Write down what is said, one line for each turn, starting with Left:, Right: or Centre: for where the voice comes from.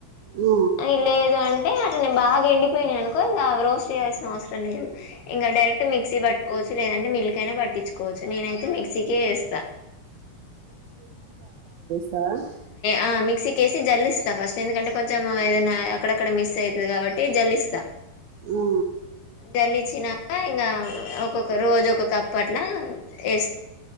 Right: ఆ
Left: అది లేదు అంటే ేను బాగా ఎండిపోయినాయనుకో ఇంగ రో చేయాల్సిన అవసరం లేదు ఇంగ డైరెక్ట్ మిక్సీ పట్టుకోచ్చు లేద మిల్క్ అయినా పట్టించుకోవచ్చు నేనైతే మిక్సీకే ఎస్తా
Right: అ
Left: అ మిక్కేసి జల్లిస్తా ఫస్ ఎందుకంటే కొంచెం ఏదైనా అక్కడక్కడ మిస్ అయితది కాబట్టి జల్లిస్తా
Right: ఆ
Left: జల్లి వచ్చినాక ఇంగ ఒక్కొక్క రోజు ఒక కప్పు పట్ల ఎస్